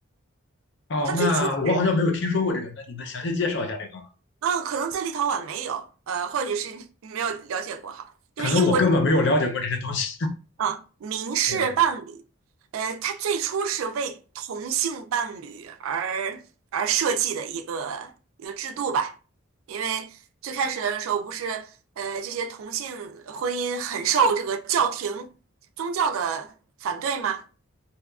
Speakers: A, on the left; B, on the right.
A: 哦，
B: 它最初是
A: 那我好像没有听说过这个，那你能详细介绍一下这个吗？
B: 啊，可能在立陶宛没有，呃，或者是没有了解过哈，
A: 可能我根本没有了解过这些东西。
B: 就是英国这个
A: <laughs>
B: 啊，民事伴侣，
A: 对
B: 呃，它最初是为同性伴侣而而设计的一个一个制度吧，因为最开始的时候不是，呃，这些同性婚姻很受这个教廷宗教的反对吗？